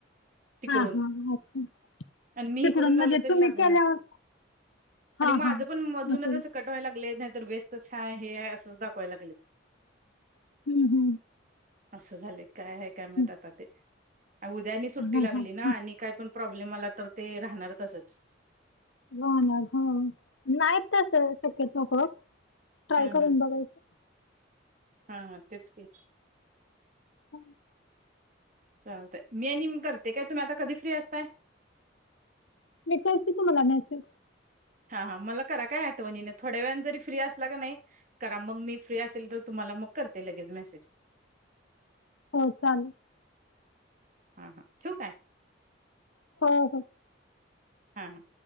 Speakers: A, on the right; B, on the left.
A: तिकडून
B: हा हा अच्छा.
A: आणि मी
B: तिकडून
A: इकडून लावलं
B: म्हणजे
A: तरी
B: तुम्ही
A: लाग
B: केल्यावर
A: ना
B: हा
A: आणि माझ
B: हा
A: पण मधूनच
B: असं
A: कटवाय लागलेत नाही तर वेस्टच हाय हे आहे असंच दाखवायला लागलेत.
B: हं, हं,
A: असं झाले काय आहे काय माहीत
B: हं.
A: आता ते उद्यानी सुट्टी
B: हां,
A: लागली
B: हां,
A: ना
B: हां.
A: आणि काय पण प्रॉब्लेम आला तर ते राहणार तसंच.
B: हो‌ ना हो नाही तस शक्यतो होत. ट्राय
A: हा
B: करून
A: हा
B: बघायचं.
A: हा हा तेच की.
B: हम्
A: चालतय मी आणि करते काय तुम्ही आता कधी फ्री असताय?
B: मी करते तुम्हाला मेसेज.
A: हा हा मला करा काय आठवणीन थोड्या वेळ जरी फ्री असला का नाही करा मग मी फ्री असेल तर तुम्हाला मग करते लगेच मेसेज.
B: हो चालेल.
A: हा हा ठेवु काय
B: हो हो
A: हा ह